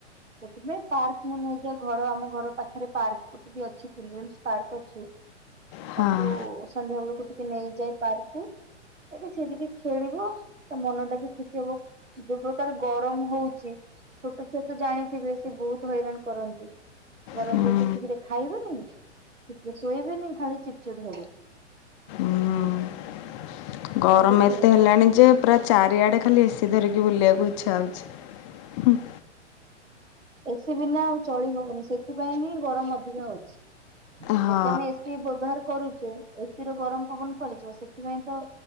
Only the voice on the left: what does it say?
ହଁ
ହୁଁ
ହୁଁ
ଗରମ
ଏତେ
ହେଲାଣି ଯେ ପୁରା ଚାରିଆଡ଼େ ଖାଲି ଏସିି ଧରିକି ବୁଲିବାକୁ ଇଚ୍ଛା ହେଉଛି
ହଁ